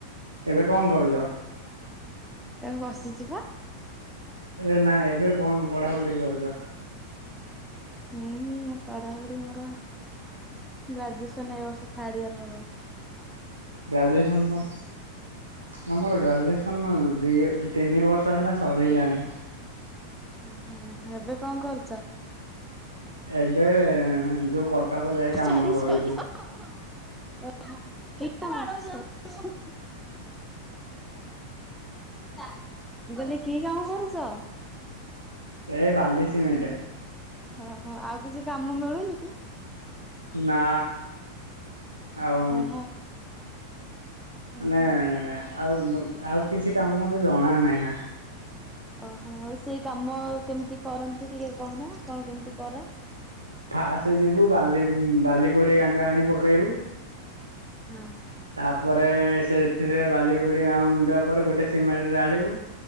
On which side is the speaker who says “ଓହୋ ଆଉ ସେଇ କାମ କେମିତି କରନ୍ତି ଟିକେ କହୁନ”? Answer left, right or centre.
Centre